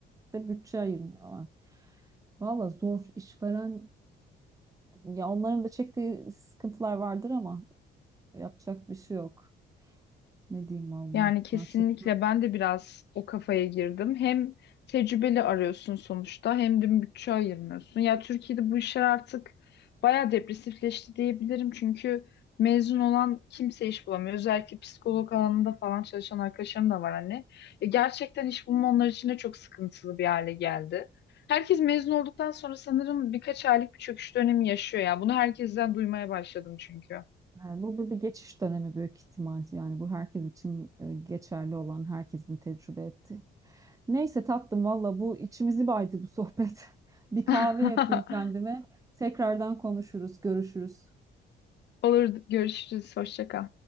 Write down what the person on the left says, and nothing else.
Yani kesinlikle
ben de biraz o kafaya girdim. Hem tecrübeli arıyorsun sonuçta hem de bütçe ayırmıyorsun. Ya Türkiye'de bu işler artık bayağı depresifleşti diyebilirim. Çünkü mezun olan kimse iş bulamıyor. Özellikle psikolog alanında falan çalışan arkadaşlarım da var hani. E, gerçekten iş bulma onlar için de çok sıkıntılı bir hale geldi. Herkes mezun olduktan sonra sanırım birkaç aylık bir çöküş dönemi yaşıyor ya. Bunu herkesten duymaya başladım çünkü.
<laughs>
Olur görüşürüz. Hoşça kal.